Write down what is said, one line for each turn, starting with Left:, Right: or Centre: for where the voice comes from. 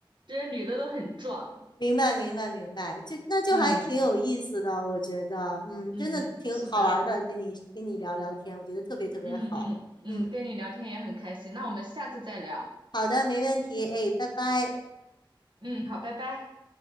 Right: 这些女的都很壮，
Left: 明白，明白，明白，就那就还挺有意思的，
Right: 嗯
Left: 我觉得，嗯，
Right: 嗯，
Left: 真的挺好玩儿的，
Right: 是的，
Left: 跟你跟你聊聊天，我觉得特别特别好，
Right: 嗯嗯嗯，
Left: 嗯。
Right: 跟你聊天也很开心，那我们下次再聊，
Left: 好的，没问题。哎，拜拜。
Right: 嗯，好，拜拜。